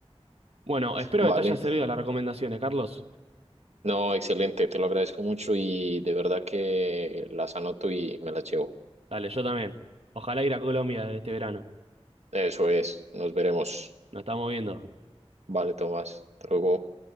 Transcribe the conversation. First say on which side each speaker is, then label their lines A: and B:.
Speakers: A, on the right (about 65°); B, on the right (about 80°).
A: Bueno, espero
B: Vale,
A: que te haya servido las recomendaciones, Carlos.
B: no, excelente, te lo agradezco mucho y de verdad que las anoto y me las llevo.
A: Dale, yo también. Ojalá ir a Colombia este verano.
B: Eso es, nos veremos.
A: Nos estamos viendo.
B: Vale, Tomás, hasta luego.